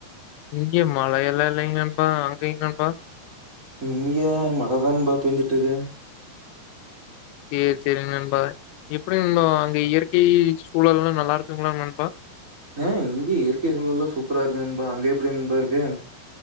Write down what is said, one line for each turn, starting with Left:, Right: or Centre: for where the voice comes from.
Left: இங்கி மழையல்லா இல்லைங்கப்பா அங்கைங்கப்பா
Right: இங்க மழதா நண்பா பேஞ்சுட்டு இருக்கு
Left: ஈ செரிங்க நண்பா எப்டி நண்பா அங்கை இயற்கை சூழல்லா நல்லா இருக்குங்க்ளா நண்பா
Right: ஆஹ் இங்கே இயற்கை சூழல்லா சூப்பரா இருக்கு நண்பா அங்க எப்டி நண்பா இருக்கு